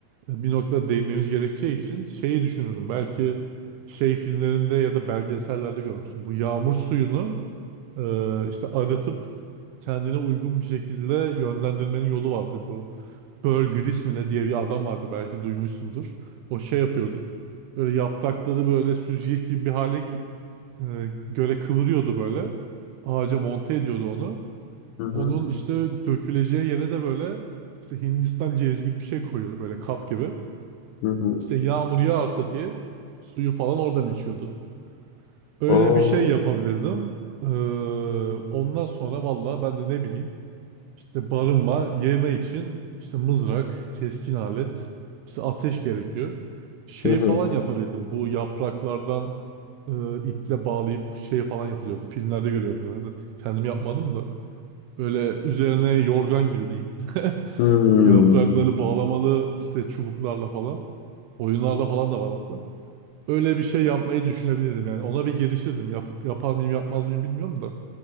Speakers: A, on the right; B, on the left.
A: e, bir noktada değinmemiz gerekeceği için şeyi düşünürdüm. Belki şey filmlerinde ya da belgesellerde görmüştüm. Bu yağmur suyunu e, işte arıtıp kendine uygun bir şekilde yönlendirmenin yolu vardı. Bu Pearl Gris mi ne diye bir adam vardı belki duymuşsundur. O şey yapıyordu. Böyle yaprakları böyle süzgeç gibi bir hale gi- e, göre kıvırıyordu böyle. Ağaca monte ediyordu onu.
B: hı hı,
A: Onun işte döküleceği yere de böyle işte Hindistan cevizi gibi bir şey koyuyordu böyle kap gibi.
B: hı hı.
A: İşte yağmur yağarsa diye suyu falan oradan içiyordu. Öyle
B: Oo.
A: bir şey yapabilirdim. Ee, ondan sonra valla ben de ne bileyim işte barınma, yeme için işte mızrak, keskin alet, işte ateş gerekiyor. Şey
B: Hı hı.
A: falan yapabilirdim. Bu yapraklardan e, iple bağlayıp şey falan yapılıyordu. Filmlerde görüyordum genelde. Kendim yapmadım da. Böyle üzerine yorgan gibi diyeyim. <laughs>
B: Hmm.
A: Bu yaprakları bağlamalı işte çubuklarla falan. Oyunlarda falan da var hatta öyle bir şey yapmayı düşünebilirdim yani. Ona bir girişirdim. Yap, yapar mıyım yapmaz mıyım bilmiyorum da.